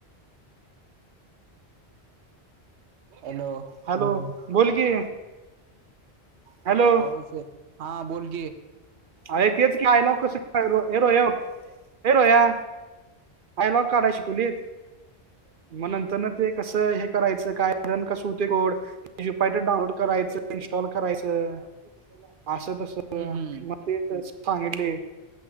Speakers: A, on the right; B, on the right.
A: हॅलो.
B: हॅलो बोल की. हॅलो
A: आवाजच नई येत, हा बोल की.
B: अरे तेच की आहे ना कस का हेर ये हेरो या. आयल काय शिकवलीत
A: हम्म
B: मग नंतरन. ते कसं हे करायचं काय रन कसं होत कोडुपाट डाउनलोड करायचं. इन्स्टॉल करायचं अस तस
A: हम्म हम्म.
B: ते तर सांगितलय.